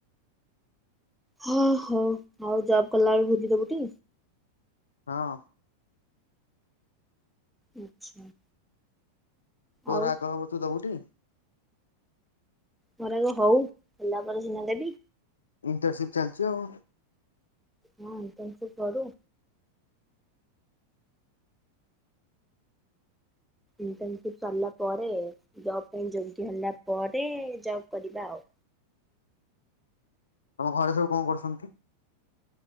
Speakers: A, in the centre; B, on the left.
A: ହଁ ହଁ ଆଉ ଜବ୍ କଲାବେଳେ ଭୋଜିଦବୁ ଟି?
B: ହଁ।
A: ଆଚ୍ଛା।
B: ତୋର
A: ଆଉ
B: ଆଗ ହବ ତୁ ଦବୁ ଟି।
A: ଘରେଗ ହଉ ହେଲା ପରେ ସିହନା ଦେବି।
B: ଇଣ୍ଟର୍ଶସିପ ଚାଲଛି ଆଉ।
A: ହଁ ତ ସେ କରୁ। ଇଣ୍ଟପ ସରିଲା ପରେ ଜବ ପାଇଁ ଯୋଗ ହେଲା ପରେ ଜବ କରିବା ଆଉ।
B: ତମ ଘରେ ସବୁ କଣ କରୁଛନ୍ତି?